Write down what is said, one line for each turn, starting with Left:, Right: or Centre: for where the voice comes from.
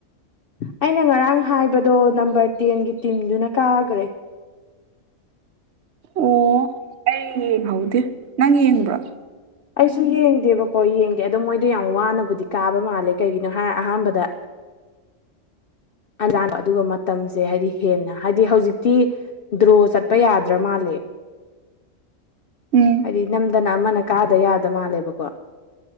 Left: ꯑꯩꯅ ꯉꯔꯥꯡ ꯍꯥꯏꯕꯗꯣ ꯅꯝꯕꯔ ꯇꯦꯟꯒꯤ ꯇꯤꯝꯗꯨꯅ ꯀꯥꯒ꯭ꯔꯦ
Right: ꯑꯣ ꯑꯩ ꯌꯦꯡꯍꯧꯗꯦ ꯅꯪ ꯌꯦꯡꯕ꯭ꯔꯥ
Left: ꯑꯩꯁꯨ ꯌꯦꯡꯗꯦꯕꯀꯣ ꯌꯦꯡꯗꯦ ꯑꯗꯣ ꯃꯣꯏꯗꯣ ꯌꯥꯝ ꯋꯥꯅꯕꯨꯗꯤ ꯀꯥꯕ ꯃꯥꯜꯂꯦ ꯀꯩꯒꯤꯅꯣ ꯍꯥꯏꯔ ꯑꯍꯥꯟꯕꯗ ꯑꯂꯥꯟ ꯑꯗꯨꯒ ꯃꯇꯝꯁꯦ ꯍꯥꯏꯗꯤ ꯍꯦꯟꯅ ꯍꯥꯏꯗꯤ ꯍꯧꯖꯤꯛꯇꯤ ꯗ꯭ꯔꯣ ꯆꯠꯄ ꯌꯥꯗ꯭ꯔꯥ ꯃꯥꯜꯂꯦ
Right: ꯎꯝ
Left: ꯍꯥꯏꯗꯤ ꯅꯝꯗꯅ ꯑꯃꯅ ꯀꯥꯗ ꯌꯥꯗ ꯃꯥꯜꯂꯦꯕꯀꯣ